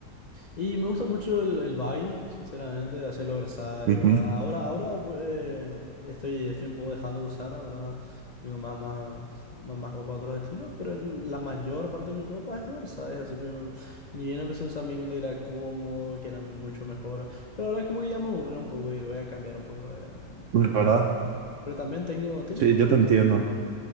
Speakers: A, on the left; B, on the right.
A: Y me gusta mucho el, el Valle, sinceramente, hacerlo es ¿verdad?
B: Ujú.
A: Ahora, ahora bu- eh, estoy, estoy un poco dejando de usar, ¿verdad? Tengo más, más, más, más ropa de otros estilos, pero el- la mayor parte de mi ropa es oversize, así que mm, ni bien empecé a usar mi cuando era cómodo, que era mucho mejor, pero ahora como que ya me aburrí un poco y voy a cambiar un poco de-
B: La
A: el estilo.
B: ¿Verdad?
A: Pero también tengo, tengo
B: Sí,
A: un poco
B: yo te
A: de
B: entiendo.
A: todo.